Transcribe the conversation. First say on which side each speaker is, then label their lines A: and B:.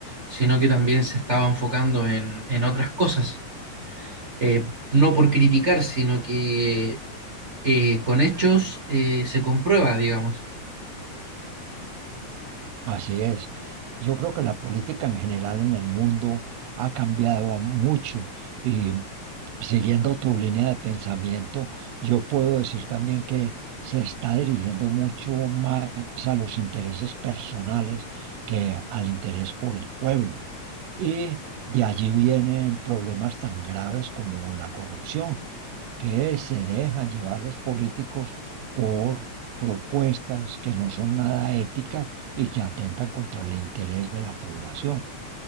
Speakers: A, on the right; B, on the right.
A: sino que también se estaba enfocando en, en otras cosas. Eh, no por criticar, sino que eh, con hechos eh, se comprueba, digamos.
B: Así es. Yo creo que la política en general en el mundo ha cambiado a mucho y siguiendo tu línea de pensamiento, yo puedo decir también que se está dirigiendo mucho más a los intereses personales que al interés por el pueblo. Y de allí vienen problemas tan graves como la corrupción que se dejan llevar los políticos por propuestas que no son nada éticas y que atentan contra el interés de la población.